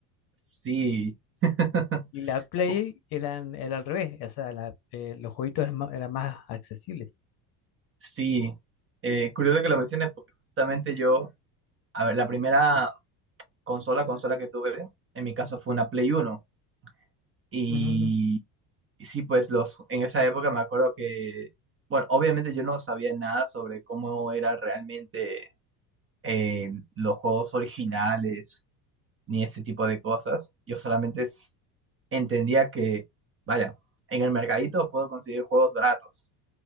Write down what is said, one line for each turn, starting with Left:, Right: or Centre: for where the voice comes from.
Right: sí. <laughs>
Left: Y la Play
Right: Uf,
Left: eran, era al revés, o sea, la- eh, los jueguitos eran más, eran más accesibles.
Right: Sí, Eh, curioso que lo menciones porque justamente yo, a ver, la primera consola, consola que tuve, en mi caso fue una Play uno y
Left: Ujú,
Right: Y sí, pues los, en esa época me acuerdo que, bueno, obviamente yo no sabía nada sobre cómo era realmente eh, los juegos originales ni ese tipo de cosas. Yo solamente s- entendía que, vaya, en el mercadito puedo conseguir juegos baratos.